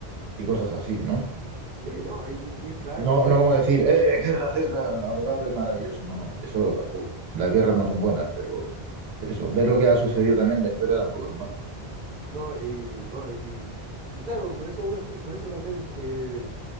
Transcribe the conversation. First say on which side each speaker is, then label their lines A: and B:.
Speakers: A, on the right (about 85°); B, on the right (about 55°).
A: y cosas así, ¿no?
B: Sí, ¿no? Y, y es clave
A: No,
B: porque
A: no como decir, eh, guerra, guerra, adorable, maravilloso, no, eso tampoco. Las guerras no son buenas, pero eso, ver lo que ha sucedido también en la historia tampoco es malo.
B: No, y, no, y, y claro, por eso uno estu- por eso también eh,